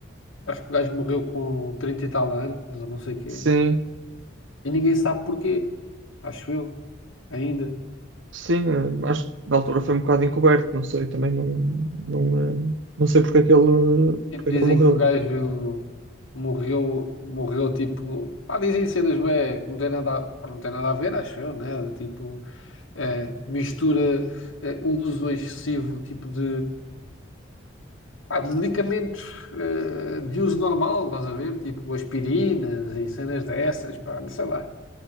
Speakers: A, on the left; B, on the right.
A: Acho que o gajo morreu com 30 e tal anos, ou não sei o quê.
B: Sim,
A: E ninguém sabe porquê, acho eu, ainda.
B: Sim, eh, acho que na altura foi um bocado encoberto, não sei, também não, não, eh, não sei porque é que ele,
A: Tipo,
B: porque
A: dizem
B: é que ele morreu.
A: que o gajo morreu, morreu tipo. Pá, dizem cenas bué, que não tem nada, a- pá, não tem nada a ver, acho eu, né? De Tipo, eh, mistura, eh, uso excessivo tipo de, pá, de medicamentos eh, de uso normal, estás a ver? Tipo aspirinas e cenas dessas, pá, não sei lá.